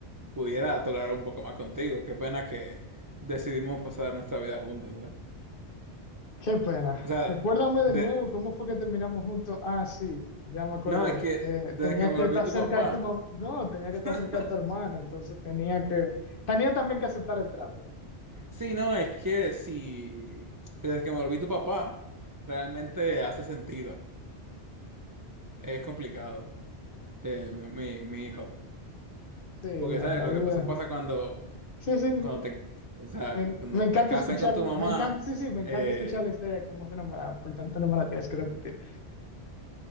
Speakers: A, on the right (about 25°); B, on the left (about 50°).
A: pudiera tolerar un poco más contigo. Qué pena que decidimos pasar nuestra vida juntos, ¿eh?
B: Qué pena.
A: O sea,
B: Recuérdame de
A: de,
B: nuevo cómo fue que terminamos juntos. Ah, sí, ya me acordé.
A: no, es que
B: Eh,
A: desde
B: tenía
A: que me
B: que
A: volví
B: estar
A: tu
B: cerca
A: papá,
B: de tu mamá. No, tenía
A: <laughs>
B: que estar cerca de tu hermana, entonces tenía que... Tenía también que aceptar el trato.
A: sí, no, es que sí, desde que me volví tu papá, realmente hace sentido. Es complicado, eh, mi, mi, mi hijo.
B: Sí,
A: Porque,
B: la,
A: ¿sabes?
B: la
A: Lo
B: vida.
A: que pasó pasa cuando,
B: Sí, sí, sí.
A: cuando te, o sea,
B: Me,
A: cuando
B: me encanta
A: te casas
B: escuchar,
A: con tu mamá,
B: me encanta, sí, sí, me
A: eh,
B: encanta escuchar la historia de cómo se enamoraron. Por tanto, no me la tienes que repetir.